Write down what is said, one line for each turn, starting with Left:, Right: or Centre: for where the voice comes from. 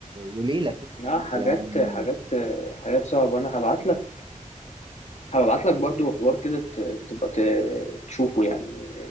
Right: وليلة كده
Left: لا حاجات
Right: يعني
Left: حاجات حاجات صعبة أنا هبعت لك هبعت لك برضو حوار كده ت- تبقى ت- تشوفه يعني